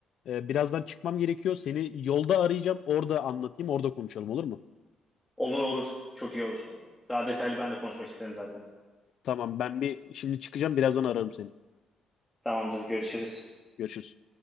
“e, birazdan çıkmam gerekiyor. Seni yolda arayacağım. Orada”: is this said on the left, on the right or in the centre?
Left